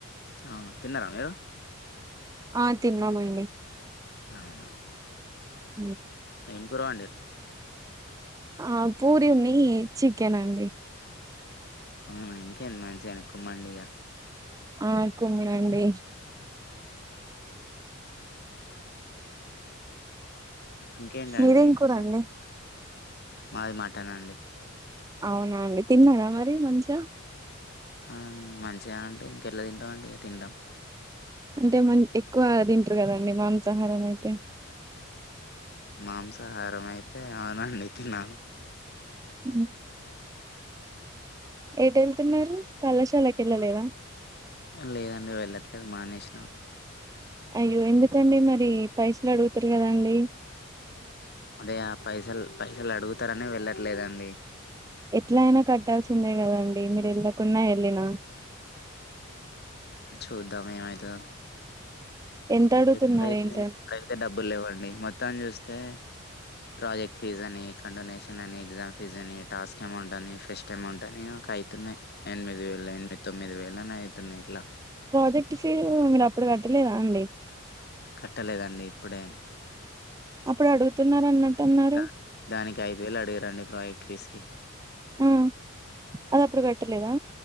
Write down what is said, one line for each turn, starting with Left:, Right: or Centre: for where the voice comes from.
Left: అవునా తిన్నారా మీరు
Right: ఆ తిన్నామండి.
Left: అవునా
Right: హు్
Left: ఏం కూరవండిరు.
Right: ఆ పూరివుని చికెన్ అండి.
Left: అవునా ఇంకేంది మంచిగనే కుమ్మండిగా
Right: ఆ కుమ్మనండి.
Left: ఇంకేంటండి
Right: మీదేం
Left: విశేషాలు
Right: కూర అండి
Left: మాది మటనండి.
Right: అవునా అండి. తిన్నారా మరి మంచ్య
Left: ఆ మంచిగా అంటే ఇంకేట్లా తింటావండి తిండం.
Right: అంటే మన్ ఎక్కువ దీంట్రా కదండి మాంసాహారమైతే
Left: మాంసాహారం అయితే అవునండి తిన్నన్
Right: హుహ్ ఎట్ ఏళ్తున్నారు కళాశాలక్ ఏళ్ళలేదా
Left: లేదండి వెళ్ళట్లేద్ మానేష్నా
Right: అయ్యో ఎందుకండి మరి పైసలు అడుగుతారు గదాండి.
Left: అదే ఆ పైసల్ పైసలు అడుగుతర్ అనే వెళ్ళట్లేదండి.
Right: ఎట్లైనా కట్టాల్సిందే గదాన్ మీ మీర్ ఏళ్ళకున్నా ఏళ్ళిన
Left: చూద్దాం ఏమైతదో
Right: ఎంత అడుగుతున్నారు
Left: ఎప్పుడైతే
Right: ఏంటండి
Left: ఎప్పుడైతే డబ్బుల్ లేవండి మొత్తం చూస్తే ప్రాజెక్ట్ ఫీజ్ అని, కండోనేషన్ అని ఎగ్జామ్ ఫీజ్ అని, టాస్క్ ఏమౌంట్ అని, ఫెస్ట్ ఏమౌంటానేవ్ కైతున్నాయ్ ఎనిమిద్ వేలు, ఎనిమిద్ తొమ్మిది వేలైనా అయితున్నాయ్ ఇట్లా
Right: ప్రాజెక్ట్ ఫీరు మీర్ అప్పుడు గట్టలేదా అండి.
Left: కట్టలేదండి. ఇప్పుడే
Right: అప్పుడు అడుగుతున్నారు అన్నట్టు అన్నారు
Left: దాన్ దానికి ఐదు వేలు అడిగారండి ప్రాజెక్ట్ ఫీస్కి
Right: ఉహ్ అది అప్పుడు గట్టిలేదా